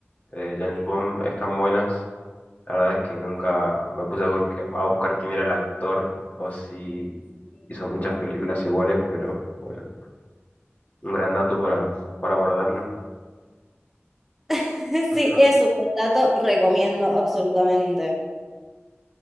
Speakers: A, on the left; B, in the centre.
A: de James Bond, están buenas. La verdad es que nunca me puse a, busca- a buscar quién era el actor o si hizo muchas películas iguales, pero bueno, un gran dato para, para guardarlo.
B: <laughs>
A: <laughs>
B: Sí, es un dato, recomiendo absolutamente.